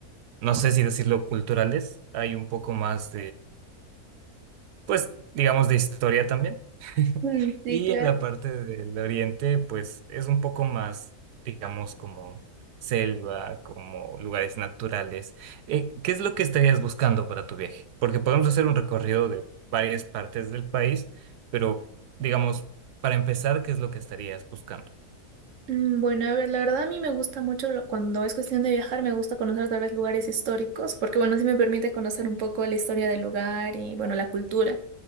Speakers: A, on the right; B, on the right.
A: no sé si decirlo culturales, hay un poco más pues digamos de historia también. <laughs>
B: Mm, Sí,
A: Y
B: claro.
A: en la parte del oriente, pues es un poco más, digamos, como selva, como lugares naturales. Eh, ¿qué es lo que estarías buscando para tu viaje? Porque podemos hacer un recorrido de varias partes del país, pero digamos, para empezar, ¿qué es lo que estarías buscando?
B: Mm, Bueno, a ver, la verdad a mí me gusta mucho lo- cuando es cuestión de viajar, me gusta conocer tal vez lugares históricos, porque bueno, sí me permite conocer un poco la historia del lugar y bueno, la cultura.